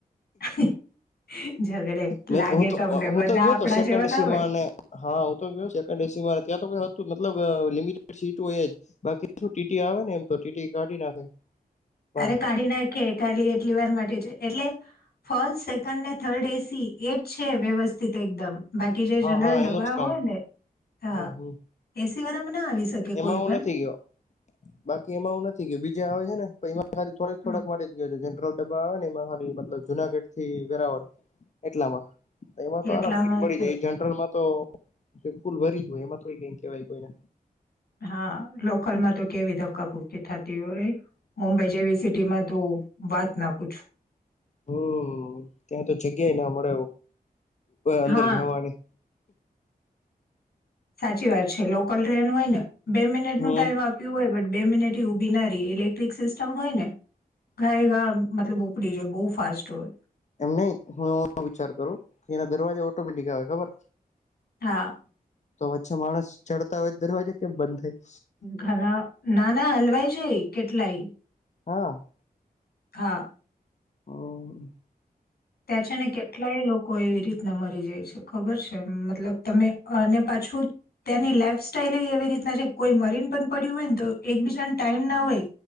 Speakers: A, on the left; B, on the left.
A: ઝઘડે
B: મે
A: લાગે
B: હું
A: તમને
B: હું
A: બધા
B: તો ગયો
A: આપડા
B: તો સેકન્ડ
A: જેવા ના
B: સીમાને
A: હોય
B: હા હું તો ગયો સેકન્ડ એસી ત્યાં તો ક હતું મતલબ લિમિટેડ સસી તો એજ બાકી શું ટીટી આવે ને એમ તો ટીટી કાઢી નાખે ભારે
A: તરે કાઢી નાખે કાલી એટલી વાર માટે છે એટલે ફોલ્સ સેકન્ડ ને થર્ડ એસી એ જ છે વ્યવસ્થિત એકદમ બાકી જે
B: હા
A: જનરલ
B: હા
A: ડબ્બા
B: એનું જ કામ
A: હોય ને હા
B: હમ હમ
A: એસી વાળામાં ના આવી શકે
B: એમાં
A: કોઈ
B: હુ
A: પણ
B: નથી ગયો બાકી એમાં હ નથી ગયો બીજે આવે છે ને થોક થોડાક
A: હમ
B: માટે જ ગયો છો જનરલ ડબ્બા આવે ને મતલબ જુનાગઢ થી વેરાવળ એટલામાં. એમાં તો
A: એટલામાં
B: આરામ સીટ મળી
A: તો
B: જાય એ જનરલમાં તો ફૂલ ભરી જ હોય એમાં થોડી કઈ કેવાય કોઈને.
A: હા લોકલમાં તો કેવી ધક્કાબુકી થતી હોય મુંબઈ જેવી સિટીમાં તો વાત ના પૂછું.
B: હમ્મ ત્યાં તો જગ્યાય ના મળે અંદર
A: હા
B: જવાની.
A: સાચી વાત છે લોકલ ટ્રેન હોય ને બે મિનિટ
B: હમ
A: નું ટાઈમ આપ બે મિનટ ઉભી ના રેય ઇલેક્ટ્રિક સિસ્ટમ હોય ને ગાય ગ મતલબ ઉપડી જો બહુ ફાસ્ટ હોય.
B: એમ નહી હું વિચાર કરું કે એના દરવાજા ઓટોમેટિક આવે ખબર
A: હા.
B: તો વચ્ચે માણસ ચડતા હોય દરવાજે કેમ બંધ થાય.
A: ઘણા ના ના હલવાઈ જાય કેટલાય.
B: હા.
A: હા.
B: હમ્મ.
A: તે છેને કેટ કેટલાય લોકો એવી રીતના મરી જાય છે ખબર છે મતલબ તમે અને પાછું ત્યાંની લાઈફ સ્ટાઈલ એવી રીતના છે કોઈ મરીન પણ પડ્યું હોય ને તો એકબીજાને ટાઈમ ના હોય.